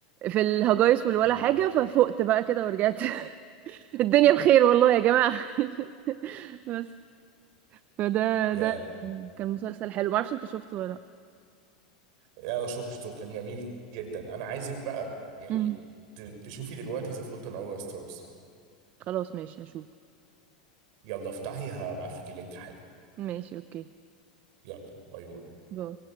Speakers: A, on the right; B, on the right.
A: في الهجايس والولا
B: مم.
A: حاجه ففقت بقى كده ورجعت <laughs> الدنيا بخير والله يا جماعه <laughs> بس فده
B: يا
A: ده كان مسلسل حلو ما اعرفش انت شفته ولا لا
B: يا شفته كان جميل جدا انا عايزك بقى يعني
A: مم.
B: ت- تشوفي دلوقتي ذا فولت ان اور ستارز
A: خلاص ماشي هشوف
B: يلا افتحي هبعت لك اللينك حالا
A: ماشي اوكي
B: يلا باي باي
A: باي